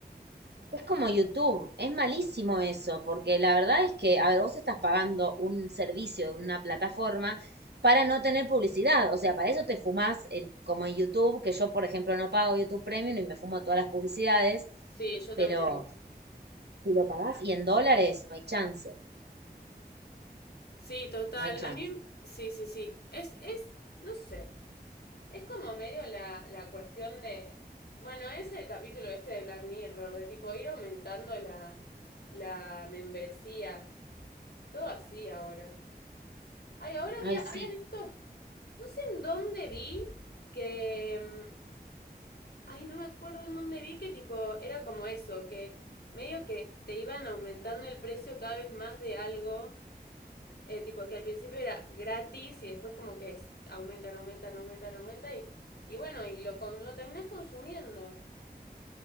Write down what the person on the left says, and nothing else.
Sí, yo también.
Sí, total.
A mí, sí, sí, sí. Es, es, no sé. Es como medio la, la cuestión de. Bueno, es el capítulo este de Black Mirror, de tipo ir aumentando la, la membresía. Todo así ahora. Ay, ahora había,
había visto. No sé en dónde vi que. mm, Ay, no me acuerdo en dónde vi que tipo. Era como eso, que medio que te iban aumentando el precio cada vez más de algo. Eh, tipo que al principio era gratis y después como que es- aumentan, aumentan, aumentan, aumentan y, y bueno, y lo, con, lo terminás consumiendo.